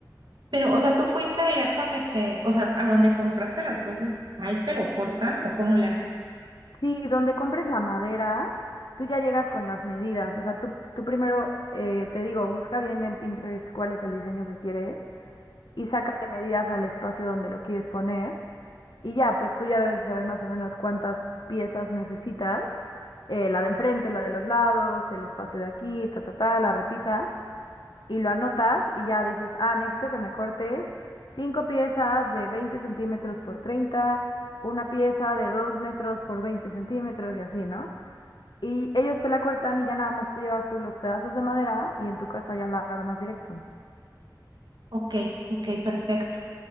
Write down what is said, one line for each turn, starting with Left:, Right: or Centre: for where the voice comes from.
Right: Pero, o sea, tú fuiste directo a que te, o sea, a donde compraste las cosas, ahí te lo cortan o cómo le haces.
Left: Sí, donde compres la madera, tú ya llegas con las medidas. O sea, tú, tú primero, eh, te digo, busca bien en Pinterest cuál es el diseño que quieres y sácate medidas al espacio donde lo quieres poner. Y ya, pues tú ya debes de saber más o menos cuántas piezas necesitas, eh, la de enfrente, la de los lados, el espacio de aquí, ta, ta, ta, la repisa, y lo anotas y ya dices, ah, necesito que me cortes cinco piezas de 20 centímetros por treinta una pieza de 2 metros por 20 centímetros y así, ¿no? Y ellos te la cortan y ya nada más te llevas tú los pedazos de madera y en tu casa ya la armas directo.
Right: Ok, ok, perfecto.